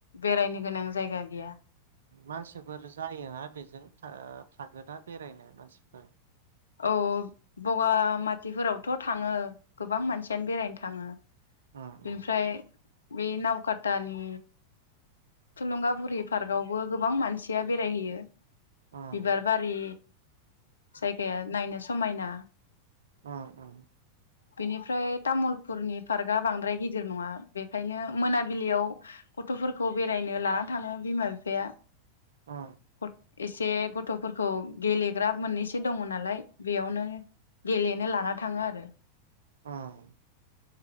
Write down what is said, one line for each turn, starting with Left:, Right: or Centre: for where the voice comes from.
Left: बेरायनो गोनां जायगा गैया।
Right: मानसिफोर जायोना बेजों था-थागोना बेरायनो मानसिफोर।
Left: औ बगामाथिफोरावथ' थाङो गोबां मानसियानो बेरायनो थाङो।
Right: उम
Left: बेनिफ्राय
Right: उम।
Left: बे नाव खातानि थुलुंगाफुरि पार्कआवबो गोबां मानसिया बेरायहैयो।
Right: उम
Left: बिबार बारि जायगाया नायनो स मायना।
Right: अ अ
Left: बेनिफ्राय तामुलपुरनि पार्कआ बांद्राय गिदिर नङा बेखायनो मोनाबिलियाव गथ'फोरखौ। बेरायनो लानानै थाङो बिमा बिफाया। <inaudible>
Right: उम
Left: एसे गथ'फोरखौ गेलेग्रा मोननैसो दङ नालाय बेयावनो गेलेनो लाना थाङो आरो
Right: उम